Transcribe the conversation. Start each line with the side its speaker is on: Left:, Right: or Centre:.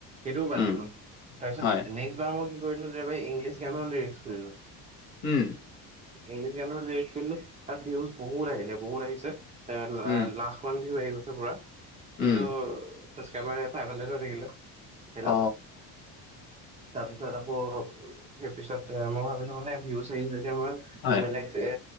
Right: সেইটোও বাদ
Left: উম
Right: দিলোঁ তাৰপিছত
Left: হয়
Right: নেক্সট বাৰ মই কি কৰিলোঁ। ইংলিছ গানৰ লিৰিক্স কৰিলোঁ
Left: উম
Right: ইংলিছ গানৰ <unintelligible> তাত ভউজ বহুত আহিলে বহুত আহিছে এ
Left: উম
Right: লাখ মান বিউ আহি গৈছে পুৰা কিন্তু
Left: উম
Right: ছাবস্ক্ৰাইব এটাই ফাইভ হাড্ৰেড হৈ থাকিলে হেল্ল'
Left: অ
Right: তাৰ পিছত আকৌ সেই পিছত মই ভাবিলো মানে ভিউচ আহিছে এতিয়া মই
Left: হয়
Right: বেলেগ এ